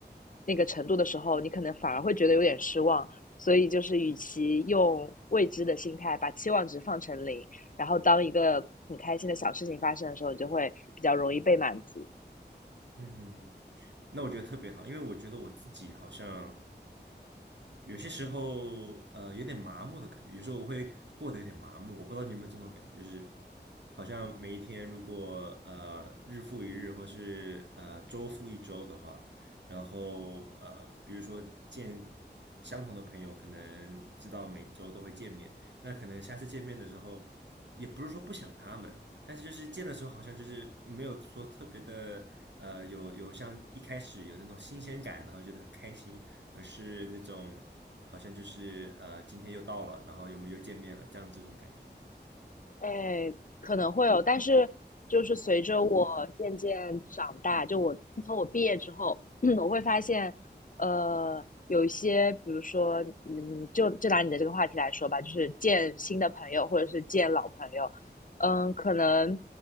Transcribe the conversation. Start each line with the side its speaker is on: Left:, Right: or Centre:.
Left: 那个程度的时候，你可能反而会觉得有点失望。所以就是，与其用未知的心态把期望值放成零，然后当一个很开心的小事情发生的时候，你就会比较容易被满足。
Right: 嗯哼，那我觉得特别好，因为我觉得我自己好像。有些时候，呃，有点麻木的感觉，有时候我会过得有点麻木，我不知道你有没有这种感觉，就是好像每一天如果呃日复一日，或是呃周复一周的话，然后呃，比如说见相同的朋友，可能知道每周都会见面，那可能下次见面的时候，也不是说不想他们，但是就是见的时候好像就是没有说特别的，呃，有有像一开始有那种新鲜感，然后觉得很开心。而是那种好像就是呃，今天又到了，然后我们又见面了，这样这种感觉。
Left: 哎，可能会有，但是就是随着我渐渐长大，就我自从我毕业之后，<clears throat> 我会发现，呃，有一些，比如说，嗯，就就拿你的这个话题来说吧，就是见新的朋友或者是见老朋友，嗯，可能